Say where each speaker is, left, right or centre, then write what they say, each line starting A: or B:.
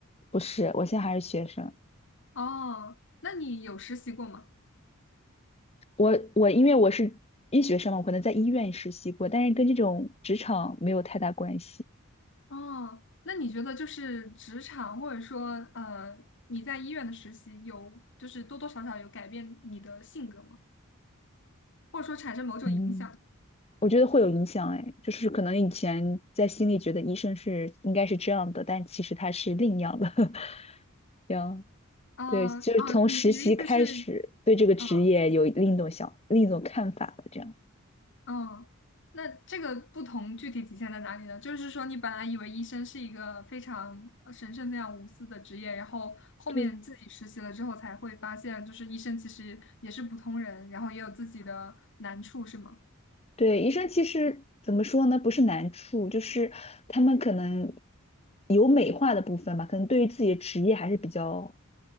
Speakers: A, on the left; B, on the left.
A: 不是，我现在还是学生，
B: 哦，那你有实习过吗？
A: 我我因为我是医学生嘛，我可能在医院实习过，但是跟这种职场没有太大关系，
B: 哦，那你觉得就是职场，或者说呃，你在医院的实习有，就是多多少少有改变你的性格吗？或者说产生某种影响？
A: 嗯。我觉得会有影响，哎，就是可能以前在心里觉得医生是应该是这样的，但其实他是另样的，<laughs> 这样，
B: 啊啊，
A: 对，就是从实习开始对这个职业有另一种想、
B: 你你的意思是，嗯
A: 另一种看法了，这样。
B: 嗯，那这个不同具体体现在哪里呢？就是说，你本来以为医生是一个非常呃神圣、非常无私的职业，然后后面自己实习了之后才会发现，
A: 对
B: 就是医生其实也是普通人，然后也有自己的难处，是吗？
A: 对，医生其实怎么说呢？不是难处，就是他们可能有美化的部分吧，可能对于自己的职业还是比较